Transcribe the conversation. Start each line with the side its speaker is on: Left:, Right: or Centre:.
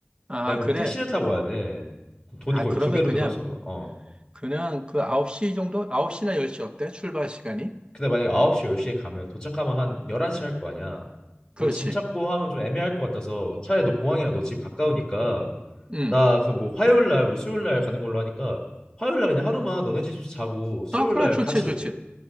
Right: 아,
Left: 내가 그럼
Right: 그래.
Left: 택시를 타고 와야 돼. 그럼 돈이
Right: 아,
Left: 거의
Right: 그러면
Left: 두 배로
Right: 그냥
Left: 들어서 어.
Right: 그냥 그 9시 정도? 9시나 10시 어때? 출발 시간이?
Left: 근데 만약에 9시, 10시에 가면 도착하면 한 11시 할 거 아니야.
Right: 그렇지.
Left: 뭐 짐 찾고 하면 좀 애매할 것 같아서 차라리 너 공항이나 너 집 가까우니까
Right: 음.
Left: 나 그 뭐 화요일 날 우리 수요일 날 가는 걸로 하니까 화요일 날 그냥 하루만 너네 집 자고 수요일
Right: 아, 그래,
Left: 날
Right: 좋지,
Left: 같이 잤대.
Right: 좋지.